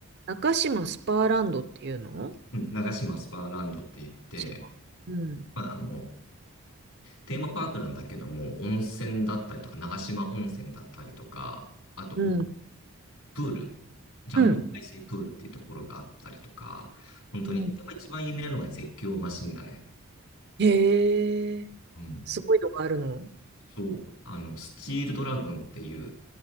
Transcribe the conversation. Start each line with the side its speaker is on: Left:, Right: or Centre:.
Right: 中島スパーランドっていうの
Left: 長島スパーランドって言って、
Right: 島うん。
Left: まあ、あの、テーマパークなんだけども、温泉だったりとか、長島温泉だったりとか、あとお
Right: うん。
Left: プール、ジャンボ海水プールっていうところがあったりとか、
Right: うん。
Left: 本当に、
Right: うん
Left: やっぱ一番有名なのが絶叫マシンだね。
Right: へえ、
Left: うん。
Right: すごいのがあるの。
Left: そう、あの、スチールドラゴンっていう、